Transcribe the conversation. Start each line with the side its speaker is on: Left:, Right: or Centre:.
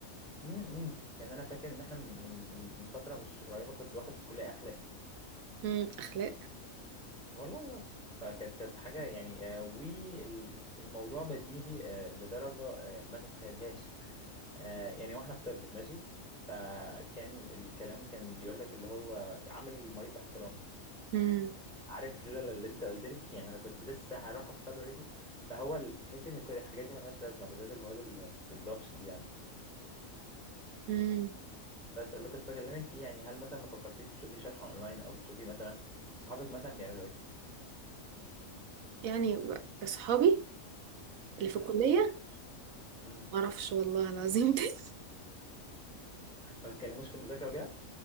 Centre: امم يعني أنا فاكر إن إحنا من من من من فترة مش قريبة كنت باخد في الكلية أخلاق
Right: امم اخلاق
Centre: والله بس فكانت كانت حاجة يعني آه وانت الموضوع بديهي آه لدرجة آه ما تتخيلهاش <laughs> آه يعني واحنا في طب ماشي فكان الكلام كان بيقول لك اللي هو عامل المريض باحترام
Right: امم
Centre: عارف لولا اللي انت قلت لي <laughs> يعني انا كنت لسه هروح اكسر له رجله فهو ال- تحس ان كل الحاجات دي ملهاش لازمة بالذات المواد اللي ما بتضافش دي يعني
Right: امم
Centre: بس اللي كنت بكلمك فيه يعني هل مثلا ما فكرتيش تشوفي شرح اونلاين او تشوفي مثلا صحابك مثلا بيعملوا ايه
Right: يعني اصحابي اللي في
Centre: امم
Right: الكلية
Centre: امم
Right: معرفش والله العظيم <laughs> دي
Centre: ما بتكلموش في المذاكرة وكده